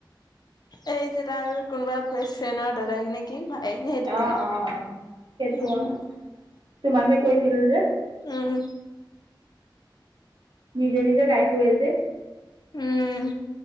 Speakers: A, on the left; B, on the right.
A: এই যেত আৰু কোনোবা বেছ ফ্ৰেনৰ দাদাইক নেকি ভায়েক নে সেইটো
B: অ
A: নেকি
B: অ অ সেইটো
A: উম
B: অ তোমাক যে কৈছিলো যে
A: উম <inaudible>
B: নিজে নিজে গাই ফুৰে যে
A: উম